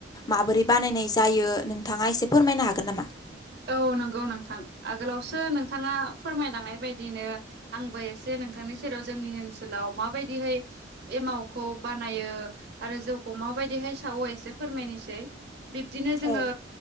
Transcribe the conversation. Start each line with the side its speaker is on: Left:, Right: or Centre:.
Left: माबोरै बानायनाय जायो नोंथाङा एसे फोरमायनो हागोन नामा
Right: औ नंगौ नोंथां आगोलावसो नोंथाङा फोरमायलांनाय बायदिनो आंबो एसे नोंथांनि सेराव जोंनि ओनसोलाव माबायदिहाय एमावखौ बानायो आरो जौखौ माबायदिहाय फसाव एसे फोरमायनोसै बिब्दिनो जोङो
Left: औ